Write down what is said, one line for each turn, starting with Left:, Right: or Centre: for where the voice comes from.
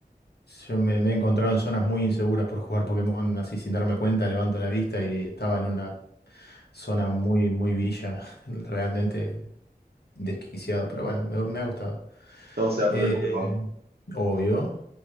Left: Yo me, me he encontrado en zonas muy inseguras por jugar Pokémon, así sin darme cuenta, levanto la vista y estaba en una zona muy, muy villa, <laughs> realmente desquiciado, pero bueno, me, me ha gustado.
Right: Todo sea por
Left: Eh,
Right: el Pokémon.
Left: obvio.